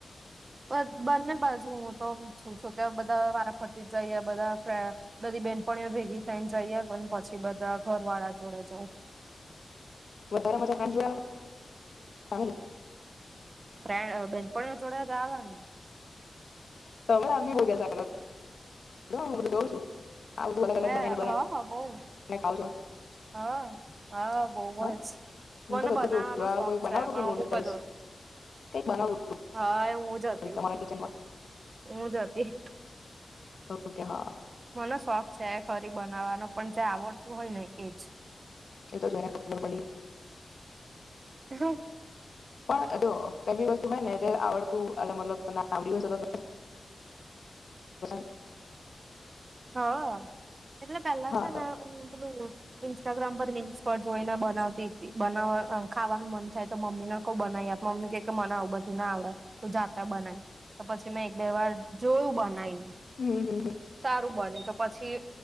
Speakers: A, on the right; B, on the left.
A: બ બંને બાજુ હું તો ઈચ્છું છું કે બધા વારા ફરીતિ જ જઈએ બધા બધી બેનપ ભેગી થઈને જઈએ પછી બધા ઘર વાળા જોડે જઉં
B: વધારે મજા ફ્રેન્ડ જોડે આવે કઇ ફેમિલી
A: ફ્રેન્ડ બેનપણીઓ જોડે જ આવ ને
B: તમેં આમ ભી બો જલસા કરો જ હું બધું જઉં છું આ બધું અલગ અલગ
A: હા
B: બનાવીને બનાવીને
A: હ હ બો
B: ખાવ છો
A: હા હા બો જ
B: હા હું
A: મને
B: તો બધું
A: બનાવવાનો
B: જોઉં છું આ
A: શોખ
B: કોઈ બનાવતું
A: છે
B: હતું
A: પણ
B: નૂડલ્સ
A: અમુકજો
B: કઈક બનાવતું
A: હા એ હું જ
B: હતું
A: હતી
B: તમારા કિચનમાં
A: હ જ હતી
B: ઓકે હા
A: મને શોખ છે ખરી બનાવવાનો પણ જે આવડતું હોય ને એજ
B: એ તો જો એ ને ખબર પડી
A: હ
B: પણ જો કઈ બી વસ્તુ હોય ને આવડતું એ મતલબ <unintelligible>
A: હા એટલે પેલા
B: હા
A: છે
B: તો
A: ને ઉ પેલું ઇન્સ્ટાગ્રામ પર રીલ્સ પર જોઈને બનાવતી હતી બનાવ ખાવાનું મન થાય તો મમ્મીને કો બનાવી આપ મમ્મી કે કે મનાવું બધું ના આવડે તું જાતા બનાય તો પછી મેં એક બે વાર જોયું બનાવીને
B: હમ હમ
A: સારું બને તો પછી